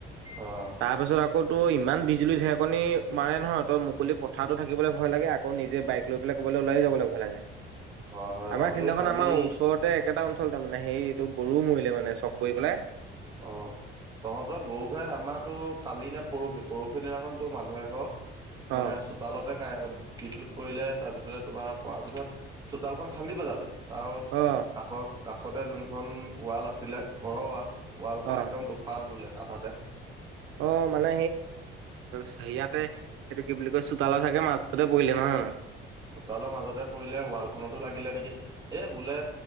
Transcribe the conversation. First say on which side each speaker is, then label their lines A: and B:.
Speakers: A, on the right; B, on the right.
A: অ
B: তাৰ পাছত আকৌ তোৰ ইমান বিজুলী, ঢেৰেকনি মানে নহয় তই মুকলি পথাৰতো থাকিবলৈ ভয় লাগে আকৌ নিজে বাইক লৈ পেলাই ক'বলৈ ওলাই যাবলৈ ভয় লাগে।
A: হয় হয়
B: আমাৰ
A: অ
B: সিদিনাখন
A: এই কালি
B: আমাৰ ওচৰতে একেটা অঞ্চলতে মানে সেই এইটো গৰুও মৰিলে মানে চৰক পৰি পেলাই।
A: অ', তহঁতৰ গৰুহে আমাৰটো কালি নে পৰহি, পৰহি দিনাখনটো মানুহ এঘৰ মানে
B: অ',
A: চো চোতালতে <unintelligible> বিদ্যুৎ পৰিলে তাৰপিছতে তোমাৰ পৰা পিছত চোতালখন খান্দি পেলালে। তাৰ
B: অ',
A: কাষৰ, কাষতে যোনখন ৱাল আছিলে, ঘৰৰ ৱাল। ৱালখন
B: অ',
A: একদম দুফাল বোলে আধাতে।
B: অ', মানে সেই <unintelligible> ইয়াতে এইটো কি বুলি কয় চোতালৰ চাগে মাজতে পৰিলে নহয়, নহয়।
A: চোতালৰ মাজতে পৰিলে ৱালখনতো লাগিলে নেকি এই বোলে